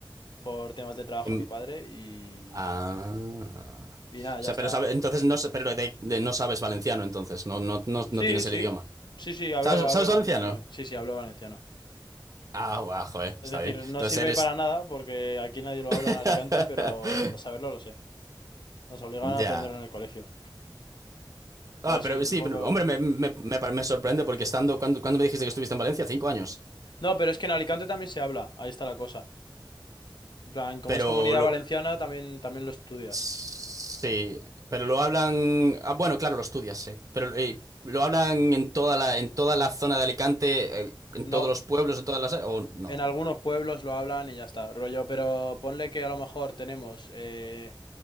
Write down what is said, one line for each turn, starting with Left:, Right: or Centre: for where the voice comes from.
Left: por temas de trabajo
Right: Em,
Left: a mi padre y,
Right: ah.
Left: y
Right: O
Left: nada, ya
Right: sea,
Left: está.
Right: pero sabe, entonces no, pero de, de- no sabes valenciano, entonces, no, no, no,
Left: Sí,
Right: no tienes
Left: sí,
Right: el idioma.
Left: sí, sí, hablo,
Right: ¿Sabes,
Left: hablo
Right: sabes valenciano?
Left: valenciano también, sí, sí, hablo valenciano.
Right: Ah, guau, joder,
Left: Es
Right: está
Left: decir,
Right: bien.
Left: no
Right: Entonces
Left: sirve
Right: eres...
Left: para nada porque aquí nadie lo habla
Right: <laughs>
Left: en Alicante, pero saberlo lo sé, nos obligan
Right: Ya.
Left: a aprenderlo en el colegio, pero
Right: Ah,
Left: sí,
Right: pero
Left: un
Right: sí,
Left: poco...
Right: pero, hombre, me, me- me pare- me sorprende porque estando... ¿cuándo, cuándo me dijiste que estuviste en Valencia? Cinco años.
Left: No, pero es que en Alicante también se habla, ahí está la cosa. En plan, como
Right: Pero
Left: es comunidad
Right: lo...
Left: valenciana, también, también lo estudias.
Right: Sí, pero lo hablan... Ah, bueno, claro, lo estudias, sí. Pero eh, lo hablan en toda la, en toda la zona de Alicante, eh, en
Left: No,
Right: todos los pueblos, en todas las... áreas, ¿O no?
Left: en algunos pueblos lo hablan y ya está, rollo, pero ponle que a lo mejor tenemos eh,